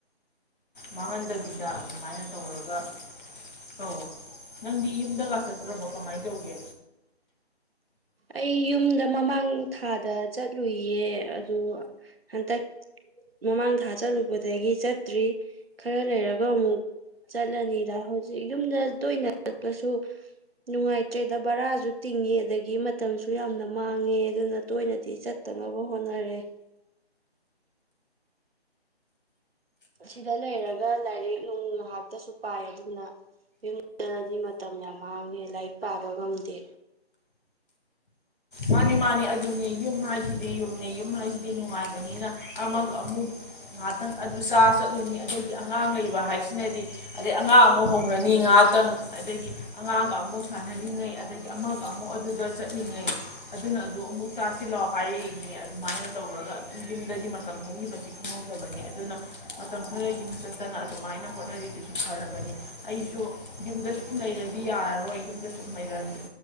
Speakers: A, on the left (about 50°); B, on the right (about 60°).
A: ꯃꯥꯡꯍꯟꯗꯕꯤꯗ ꯑꯗꯨꯃꯥꯏꯅ ꯇꯧꯔꯒ ꯇꯧ ꯅꯪꯗꯤ ꯌꯨꯝꯗꯒ ꯆꯠꯇ꯭ꯔꯕꯣ ꯀꯃꯥꯏꯟ ꯇꯧꯒꯦ
B: ꯑꯩ ꯌꯨꯝꯗ ꯃꯃꯥꯡ ꯊꯥꯗ ꯆꯠꯂꯨꯏꯌꯦ ꯑꯗꯨ ꯍꯟꯇꯛ ꯃꯃꯥꯡ ꯊꯥ ꯆꯠꯂꯨꯕꯗꯒꯤ ꯆꯠꯇ꯭ꯔꯤ ꯈꯔ ꯂꯩꯔꯒ ꯑꯃꯨꯛ ꯆꯠꯂꯅꯤꯗ ꯍꯧꯖꯤꯛ ꯌꯨꯝꯗ ꯇꯣꯏꯅ ꯆꯠꯄꯁꯨ ꯅꯨꯡꯉꯥꯏꯇ꯭ꯔꯦꯗ ꯕꯔꯥꯁꯨ ꯇꯤꯡꯉꯤ ꯑꯗꯒꯤ ꯃꯇꯝꯁꯨ ꯌꯥꯝꯅ ꯃꯥꯡꯉꯦ ꯑꯗꯨꯅ ꯇꯣꯏꯅꯗꯤ ꯆꯠꯇꯅꯕ ꯍꯣꯠꯅꯔꯦ ꯑꯁꯤꯗ ꯂꯩꯔꯒ ꯂꯥꯏꯔꯤꯛ ꯅꯨꯡ ꯉꯥꯍꯥꯛꯇꯁꯨ ꯄꯥꯏ ꯑꯗꯨꯅ ꯌꯨꯝ ꯆꯠꯂꯗꯤ ꯃꯇꯝ ꯌꯥꯝ ꯃꯥꯡꯉꯦ ꯂꯥꯏꯔꯤꯛ ꯄꯥꯕ ꯉꯝꯗꯦ
A: ꯃꯥꯅꯤ ꯃꯥꯅꯤ ꯑꯗꯨꯅꯦ ꯌꯨꯝ ꯍꯥꯏꯁꯤꯗꯤ ꯌꯨꯝꯅꯦ ꯌꯨꯝ ꯍꯥꯏꯁꯤꯗꯤ ꯅꯨꯡꯉꯥꯏꯕꯅꯤꯅ ꯑꯃꯒ ꯑꯃꯨꯛ ꯉꯥꯍꯥꯛꯇꯪ ꯑꯗꯨ ꯆꯥ ꯆꯠꯂꯨꯅꯤ ꯑꯗꯩ ꯑꯉꯥꯡ ꯂꯩꯕ ꯍꯥꯏꯁꯤꯅꯗꯤ ꯑꯗꯩ ꯑꯉꯥꯡ ꯑꯃꯨꯛ ꯍꯧꯔꯅꯤ ꯉꯍꯥꯥꯛꯇꯪ ꯑꯗꯒꯤ ꯑꯉꯥꯡꯒ ꯑꯃꯨꯛ ꯁꯥꯟꯅꯔꯤꯉꯩ ꯑꯗꯒꯤ ꯑꯃꯒ ꯑꯃꯨꯛ ꯑꯗꯨꯗ ꯆꯠꯂꯤꯉꯩ ꯑꯗꯨꯅ ꯑꯗꯨ ꯑꯃꯨꯛ ꯆꯥꯁꯤꯜꯂ‌ꯣ ꯍꯥꯏꯔꯛꯏ <unintelligible> ꯑꯗꯨꯃꯥꯏꯅ ꯇꯧꯔꯒ ꯑꯗꯨꯝ ꯌꯨꯝꯗꯗꯤ ꯃꯇꯝ ꯍꯧꯈꯤꯕꯁꯤ ꯈꯪꯍꯧꯗꯕꯅꯤ ꯑꯗꯨꯅ ꯃꯇꯝ ꯈꯔ ꯌꯨꯝ ꯆꯠ ꯇꯅ ꯑꯗꯨꯃꯥꯏꯅ ꯍꯣꯠꯅꯔꯤꯗꯨꯁꯨ ꯐꯔꯕꯅꯤ ꯑꯩꯁꯨ ꯌꯨꯝꯗ ꯁꯨꯝ ꯂꯩꯔꯗꯤ ꯌꯥꯔꯔꯣꯏ ꯌꯨꯝꯗ ꯁꯨꯝ ꯂꯩꯔꯗꯤ